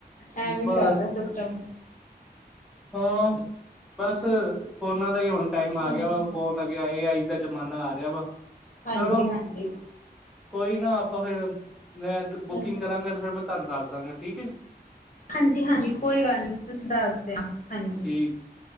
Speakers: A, on the left; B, in the centre.
A: ਐਵੇਂ
B: ਬਸ
A: ਚੱਲਦਾ ਸਿਸਟਮ
B: ਹ ਬਸ ਫੋਨਾਂ ਦਾ ਹੀ ਹੁਣ ਟਾਈਮ ਆ
A: ਹਾਂਜੀ
B: ਗਿਆ, ਵਾ ਫੋਨ ਆ ਗਿਆ ਏ ਆਈ ਦਾ ਜਮਾਨਾ ਆ ਰਿਹਾ ਵਾ।
A: ਹਾਂਜੀ-ਹਾਂਜੀ।
B: ਚਲੋ ਕੋਈ ਨਾ ਆਪਾਂ ਫੇਰ ਮੈਂ ਬੁਕਿੰਗ
A: ਹਾਂਜੀ
B: ਕਰਾਂਗਾ ਤੇ ਫੇਰ ਮੈਂ ਤੁਹਾਨੂੰ ਦੱਸ ਦਾਂਗਾ ਠੀਕ ਹੈ ਜੀ।
A: ਹਾਂਜੀ ਹਾਂਜੀ ਕੋਈ ਗੱਲ ਨੀ ਤੁਸੀਂ ਦੱਸ ਦੇਨਾ। ਹਾਂਜੀ
B: ਠੀਕ